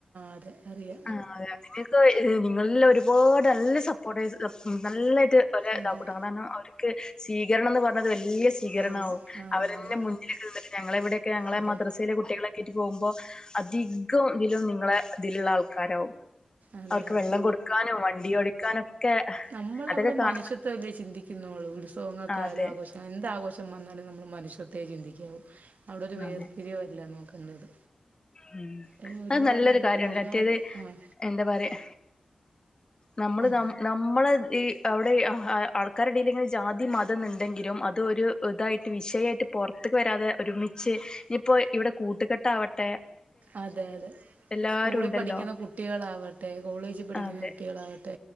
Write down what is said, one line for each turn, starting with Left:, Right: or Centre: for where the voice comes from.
Right: അത് അറിയ
Left: ആഹ് അതെ നിങ്ങൾക്ക് നിങ്ങളല്ലാം ഒരുപാട് നല്ല സപ്പോർട്ട നല്ലായിട്ട്
Right: അതെ
Left: കുടാടാനം അവർക്ക് സ്വീകരണം എന്ന് പറഞ്ഞത് വലിയ സ്വീകരണമാവും
Right: ആണ് ആണ്
Left: അവരു
Right: ആണ്
Left: ഞങ്ങളെ ഇവിടെക്കെ ഞങ്ങള
Right: അതെ
Left: മദ്രസയില കുികളൊക്കെ ആട്ട് പോകുമോ അധികം ഇതിലും നിങ്ങളെ ഇതിലുള്ള ആൾക്കാരാവും
Right: അതെ
Left: അവർക്ക്
Right: അതെ
Left: വെള്ളം കൊടുക്കാനും വണ്ടി ഓടിക്കാനൊക്കെ
Right: നമ്മൾ
Left: അതൊക്കെ
Right: അവിടെ
Left: കാണും
Right: മനുഷ്യത്വ വല്ലേ ചിന്തിക്കുന്നോളൂ ഉത്സവങ്ങൾക്കായാലും
Left: അതെ
Right: ആഘോഷങ്ങക്കായാലും എന്താഘോഷം വന്നാലും നമ്മൾ മനുഷ്യത്ത ചിന്തിക്കാവും അവിടെ ഒരു വേർത്തിരിവല്ല
Left: അതെ
Right: നോക്കേണ്ടത്
Left: ഉം
Right: അതിന്
Left: അത്
Right: ഒരുപാട്
Left: നല്ലൊരു
Right: അതിൽ
Left: കാര്യണല്ല
Right: ഒരുപാട്
Left: മറ്റേത്
Right: ആഹ്
Left: എന്താ പറയാ നമ്മള്
Right: ഉം
Left: ന നമ്മള ഈ അവിടെ ആൾക്കാരുടൽ ഇങ്ങനെ ജാതി ഉണ്ടെങ്കിലും അത് ഇതായിട്ട് വിഷയായിട്ട് പുറത്തക്ക് വരാതെ ഒരുമിച്ച് ഇനിയിപ്പോ ഇവിടെ ക വെടികട്ടാവട്ട്
Right: അതെ അതെ
Left: എല്ലാരും
Right: സ്കൂളിൽ
Left: ഉണ്ടല്ലോ
Right: പഠിക്കുന്ന കുട്ടികളാവട്ടെ കോളേജിൽ പഠിക്കുന്ന
Left: അതെ
Right: കുട്ടികളാവട്ടെ ട്ടെ